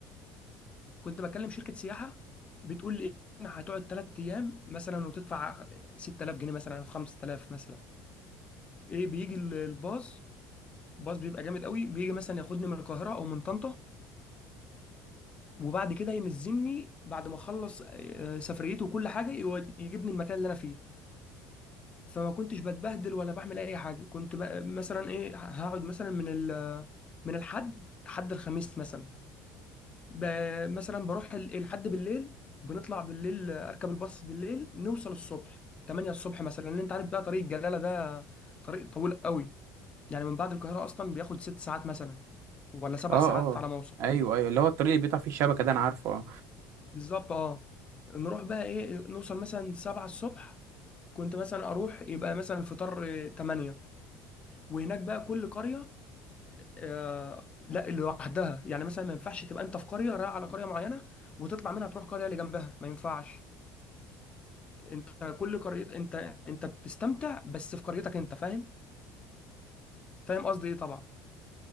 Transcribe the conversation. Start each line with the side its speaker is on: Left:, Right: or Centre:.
Left: كنت بكلم شركه سياحه بتقول لي إن هتقعد ثلاث ايام مثلا وتدفع 6000 جنيه مثلا او 5000 مثلا ايه بيجي ال- الباص باص بيبقى جامد قوي بيجي مثلا ياخدني من القاهره او من طنطا وبعد كده ينزلني بعد ما اخلص آه، سفريته وكل حاجه يود- يجيبني المكان اللي انا فيه فما كنتش بتبهدل ولا بعمل اي حاجه كنت بقى مثلا ايه هقعد مثلا من ال من الحد لحد الخميس مثلا ب... مثلا بروح ال- لحد بالليل بنطلع بالليل آه، اركب الباص بالليل نوصل الصبح 8 الصبح مثلا لان انت عارف بقى طريق الجلاله ده طريق طويل قوي يعني من بعد القاهره اصلا بياخد ست ساعات مثلا ولا سبع
Right: اه
Left: ساعات
Right: اه
Left: على ما اوصل
Right: ايوه ايوه اللي هو الطريق اللي بيقطع فيه الشبكه ده انا عارفه اه
Left: بالظبط اه نروح بقى ايه نوصل مثلا 7 الصبح كنت مثلا اروح يبقى مثلا الفطار آه، 8 وهناك بقى كل قريه آه لا لوحدها يعني مثلا ما ينفعش تبقى انت في قريه رايح على قريه معينه وتطلع منها تروح قريه اللي جنبها ما ينفعش انت كل قرية انت انت بتستمتع بس في قريتك انت فاهم فاهم قصدي ايه طبعا